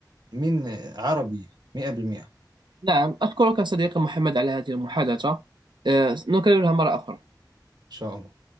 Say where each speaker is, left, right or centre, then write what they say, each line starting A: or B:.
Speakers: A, on the right; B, on the right.
A: من عربية 100% إن
B: نعم أشكرك صديقي محمد على هذه المحادثة آه، نكررها مرة أخرى
A: شاء الله